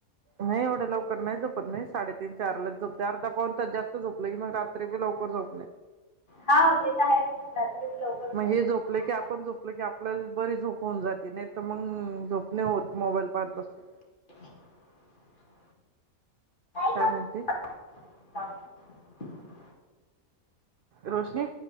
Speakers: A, on the right; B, on the left.
A: नाही एवढं लवकर नाही जपत नाही साडेतीीन चारलाच जपते अर्ध पाऊनात जास्त जोपलं की मग रात्री बी लवकर झ
B: हा ते आहे रात्री लवकर
A: मग
B: झोप नाही
A: झोपले की आपण झोप की आपल्याला बरी झोप होऊन जाती नाही तर मग झोपणे होत मोबाईल पाहत बसले
B: <unintelligible> का
A: काय म्हणते रोशनी